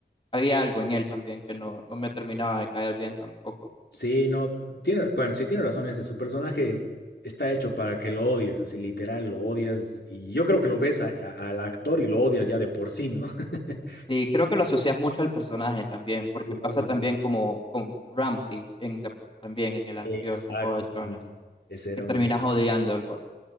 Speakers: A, on the left; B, on the left.
A: había algo en él también que no, no me terminaba de caer bien tampoco.
B: Sí, no, tiene, bueno, sí tiene razón ese, su personaje está hecho para que lo odies, así literal, lo odias, y yo creo que lo ves a- a- al actor y lo odias ya de por sí, ¿no? <laughs>
A: Y creo que lo asocias mucho al personaje también, porque
B: Y
A: pasa
B: lo-
A: también como con Ramsay en la- también en el anterior
B: Exactamente,
A: con Juego de Tronos,
B: ese era
A: que terminas
B: uno.
A: odiándolo.